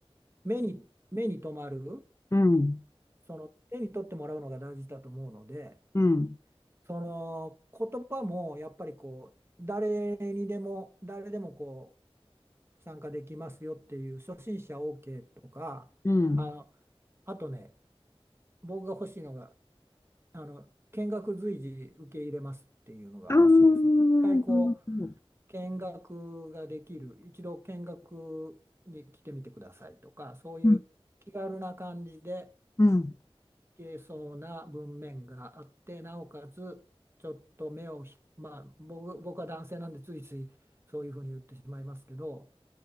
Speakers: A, on the right; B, on the left.
A: 目に、目に留まる、
B: うん、
A: その、手に取ってもらうのが大事だと思うので、
B: うん、
A: その言葉もやっぱりこう誰にでも誰でもこう参加できますよっていう初心者 OK とかあの
B: うん。
A: あとね僕が欲しいのがあの見学随時受け入れますっていうのが欲しいですね。
B: ああ、なるほど。
A: 一回こう見学ができる一度見学に来てみてくださいとかそういう気軽な感じで
B: うん、うん、
A: けそうな文面があってなおかつちょっと目をひまあ僕、僕は男性なんでついついそういうふうに言ってしまいますけど